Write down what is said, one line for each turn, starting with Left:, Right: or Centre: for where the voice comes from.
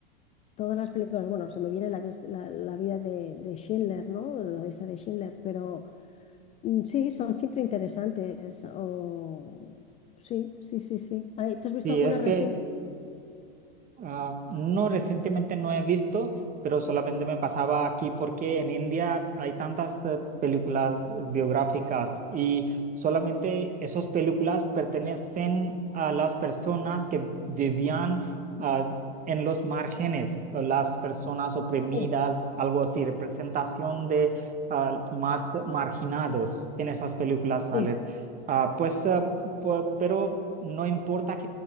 Left: todas las películas, bueno, se me viene la, vis- la, la vida de, de Schindler, ¿no? La lista de Schindler, pero mm, sí, son siempre interesantes. O... Sí, sí, sí, sí. Ay, ¿Tú has visto
Right: Sí,
Left: alguna
Right: es
Left: reciente?
Right: que Ah, no, recientemente no he visto, pero solamente me pasaba aquí porque en India hay tantas eh, películas biográficas y solamente esas películas pertenecen a las personas que vivían ah, en los márgenes, o las personas oprimidas,
Left: Sí,
Right: algo así, representación de ah, más marginados en esas películas salen.
Left: sí.
Right: Ah, pues, ah, pu- pero no importa